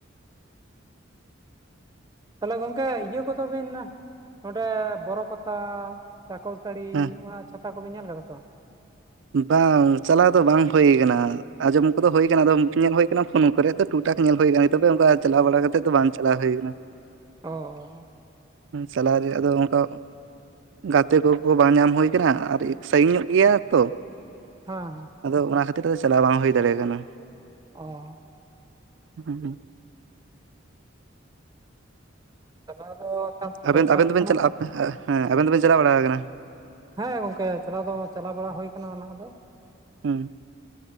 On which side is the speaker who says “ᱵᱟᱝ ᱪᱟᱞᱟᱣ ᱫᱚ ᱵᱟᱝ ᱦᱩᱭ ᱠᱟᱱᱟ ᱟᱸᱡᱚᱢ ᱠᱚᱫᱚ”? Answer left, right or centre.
Right